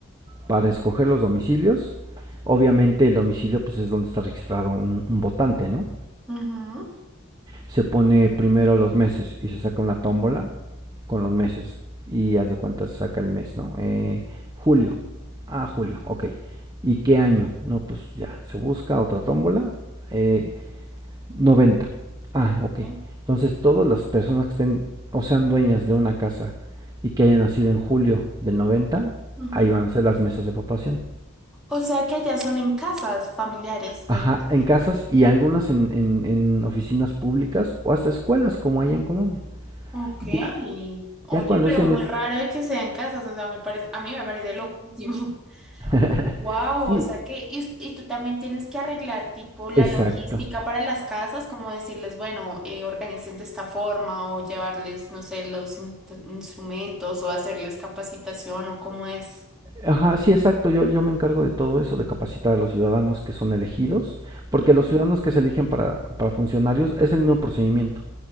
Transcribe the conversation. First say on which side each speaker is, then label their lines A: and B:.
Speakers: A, on the right; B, in the centre.
A: para escoger los domicilios. Obviamente el domicilio pues es donde está registrado un, un votante, ¿no?
B: ujú,
A: se pone primero los meses y se saca una tómbola con los meses y haz de cuenta se saca el mes, ¿no? Eh, julio. Ah, julio, ok. ¿Y qué año? No, pues ya, se busca otra tómbola. eh, 90. Ah, ok.
B: ok,
A: Entonces todas las personas que estén o sean dueñas de una casa y que hayan nacido en julio del noventa
B: ujú.
A: ahí van a ser las mesas de votación.
B: O sea que allá son en casas familiares
A: Ajá,
B: las votaciones.
A: en casas y algunas en, en- en oficinas públicas o hasta escuelas como hay en Colombia.
B: Ok,
A: Ya,
B: oye,
A: Ya cuando
B: pero
A: se
B: muy
A: nes-
B: raro de que sean casas, o sea, me parece, a mí me parece loquísimo.
A: <laughs>
B: Wow,
A: Sí,
B: o sea que, y, us- y tú también tienes que arreglar tipo la
A: exacto.
B: logística para las casas, como decirles, bueno, eh, organicen de esta forma o llevarles, no sé, los in- instrumentos o hacerles capacitación o cómo es.
A: Ajá, sí, exacto. Yo, yo me encargo de todo eso, de capacitar a los ciudadanos que son elegidos, porque
B: Ujú.
A: los ciudadanos que se eligen para, para funcionarios es el mismo procedimiento